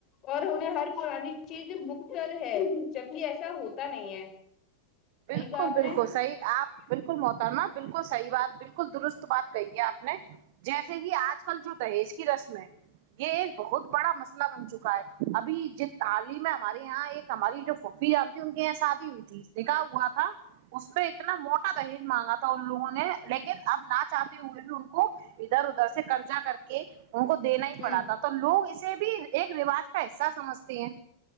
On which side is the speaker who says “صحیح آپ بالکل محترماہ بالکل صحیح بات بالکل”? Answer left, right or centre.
Right